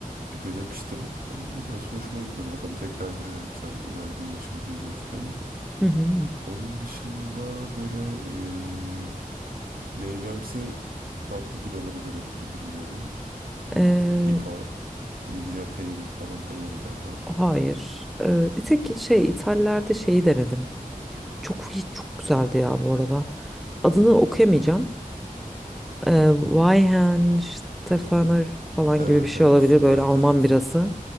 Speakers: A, on the right (about 80°); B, in the centre.
A: bir denemiştim ama nedense hoşuma gitmedi. Bakalım tekrar denerim sen önerdiğin için diyecektim.
B: hı hı.
A: Onun dışında böyle e, meyvemsi tatlı biraları denedim mi bilmiyorum. Böyle
B: Ee,
A: IPA, India Pale falan ale derler.
B: hayır. Ee, bir tek şey İtalya'da şeyi denedim. Çok çok güzeldi ya bu arada. Adını okuyamayacağım. Ee, Weihenstephaner falan
A: Evet
B: gibi bir şey
A: evet
B: olabilir böyle
A: evet
B: Alman
A: evet.
B: birası.